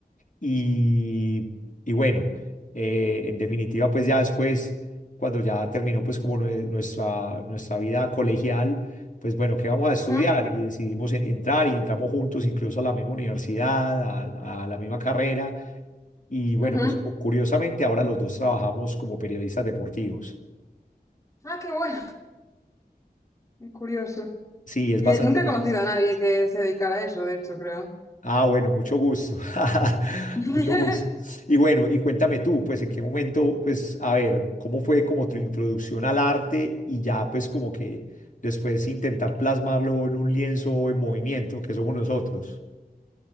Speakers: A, on the left; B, on the left.
A: y, y bueno, eh, en definitiva, pues ya después, cuando ya terminó pues como nue- nuestra, nuestra vida colegial, pues bueno, ¿qué vamos a estudiar?
B: Ujú,
A: Y decidimos e- entrar y entramos juntos incluso a la misma universidad, a, a la misma carrera. Y bueno,
B: ujú.
A: pues cu- curiosamente ahora los dos trabajamos como periodistas deportivos.
B: Ah, qué bueno. Qué curioso.
A: Sí, es
B: Y
A: bastante...
B: eh, nunca he conocido a nadie que se dedicara a eso, de hecho, creo.
A: Ah, bueno, mucho gusto. <laughs>
B: <laughs>
A: Mucho gusto. Y bueno, y cuéntame tú, pues en qué momento, pues a ver, ¿cómo fue como tu introducción al arte y ya pues como que después intentar plasmarlo en un lienzo en movimiento, que somos nosotros?